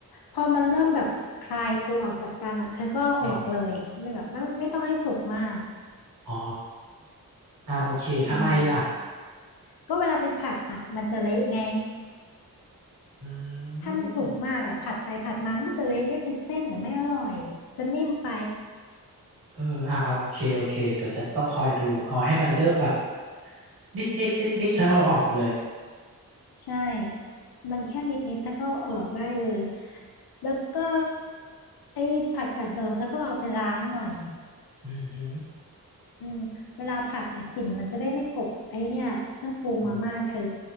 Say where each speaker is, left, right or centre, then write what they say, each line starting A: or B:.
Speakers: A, on the left; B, on the right.
A: พอมันเริ่มแบบคลายตัวออกจากกันอ่ะเธอก็เอาออกเลยไม่แบบไม่ไม่ต้องให้สุกมาก
B: อืมอ๋ออ่ะโอเคทำไมล่ะ
A: อืม ก็เวลาไปผัดอ่ะมันจะเละไง
B: อืม
A: ถ้ามันสุกมากอ่ะผัดไปผัดมามันก็จะเละไม่เป็นเส้นเดี๋ยวไม่อร่อย จะนิ่มไป
B: เอออ่ะเอาโอเคโอเคเดี๋ยวฉันต้องคอยดูเอาให้มันเริ่มแบบนิดนิดนิดนิดฉันเอาออกเลย
A: ใช่ มันแค่นิดนิดเธอก็เอาออกได้เลย แล้วก็ไอ้ผักกาดดองเธอก็เอาไปล้างหน่อย
B: อืมฮึ
A: อืมเวลาผัดนะกลิ่นมันจะได้ไม่กบไอ้เนี่ยเครื่องปรุงมาม่าเธอ
B: อืม